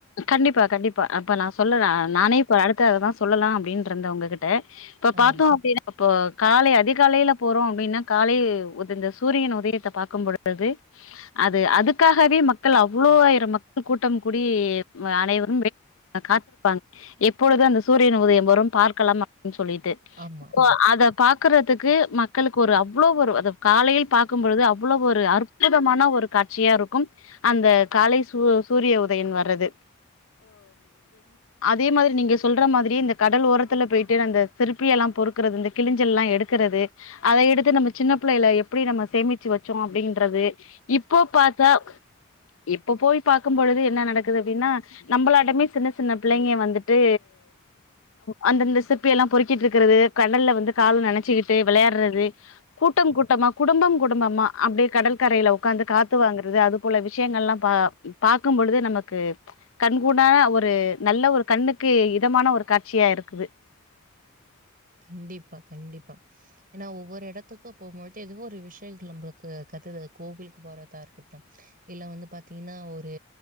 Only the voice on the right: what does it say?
ஆ.
ஆமா.
கண்டிப்பா கண்டிப்பா ஏன்னா ஒவ்வொரு இடத்துக்கும் போகும்பழுது ஏதோ ஒரு விஷயங்கள் நம்மளுக்கு கற்று கோவிலுக்கு போறதா இருக்கட்டலாம் இல்ல வந்து பாாரத்தீங்கன்னா ஒரு